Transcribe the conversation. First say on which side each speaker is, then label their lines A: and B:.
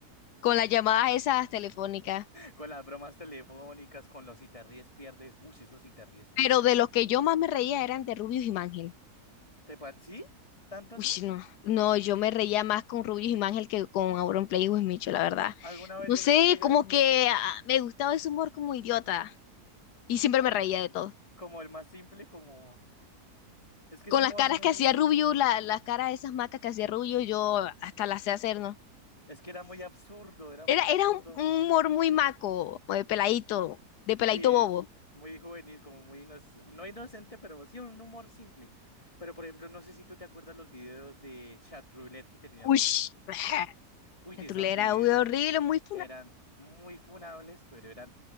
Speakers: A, on the left (about 90°); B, on the left (about 20°).
A: con las llamadas esas telefónicas.
B: Con las bromas telefónicas, con los si te ríes, pierdes. Uy, esos si te ríes, pierdes.
A: Pero de los que yo más me reía eran de Rubius y Mangel.
B: ¿Te pa- ¿Sí? ¿Tanto
A: Uy,
B: así?
A: sí, no, no, yo me reía más con Rubius y Mangel que con Auron Play y Wismicho, la verdad.
B: ¿Alguna
A: No
B: vez llegaste
A: sé, como que ah, me gustaba ese humor como idiota y siempre
B: como
A: me reía
B: el,
A: de todo.
B: como el más simple? Como... Es que
A: Con
B: es humor
A: las caras
B: muy...
A: que hacía Rubius, la- las caras de esas macas que hacía Rubius, yo hasta las sé hacer, ¿no?
B: Es que era muy absurdo, era
A: Era,
B: muy absurdo.
A: era un, un humor muy maco, o de peladito, de peladito
B: Sí,
A: bobo.
B: muy juvenil, como muy... inoc- No inocente, pero sí, un humor simple. Pero, por ejemplo, no sé si tú te acuerdas los videos de Chat Roulette que tenía
A: Uy,
B: el rubio.
A: <laughs>
B: Uy,
A: la
B: sí,
A: trulera,
B: esos videos
A: uy, horrible, muy funa.
B: eran muy funables, pero eran